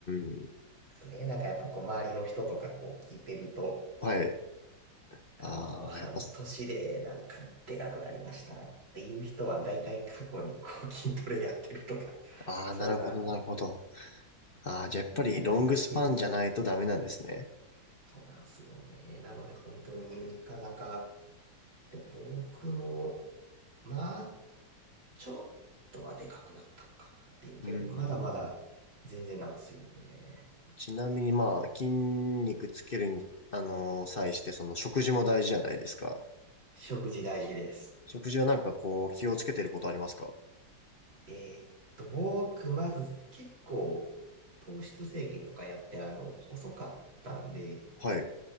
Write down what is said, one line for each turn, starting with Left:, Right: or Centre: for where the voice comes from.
Left: ん。
Right: すね。なんかやっぱこう周りの人とかこう聞いてると、
Left: はい。
Right: かもう半年でなんかでかくなりましたっていう人は大体過去にこう筋トレやってるとか、
Left: ああ、やっぱ、
Right: <laughs>
Left: ああ、
Right: そんな、
Left: なるほど、なるほど。ああ、
Right: な感じな気がするんです。
Left: じゃあやっぱりロングスパンじゃないとダメなんですね。
Right: そうなんですよね。なので本当になかなか、で、僕も、まあ、ちょっとはでかくなったのかなっていうけれど、
Left: うん。
Right: まだまだ全然なんですよね。
Left: ちなみにまあ、筋肉つけるに、あのー際して、その食事も大事じゃないですか。
Right: 食事大事です。
Left: 食事はなんかこう、気をつけてることありますか
Right: えーっと、僕、まず結構糖質制限とかやって、あの、細かったんで、
Left: はい。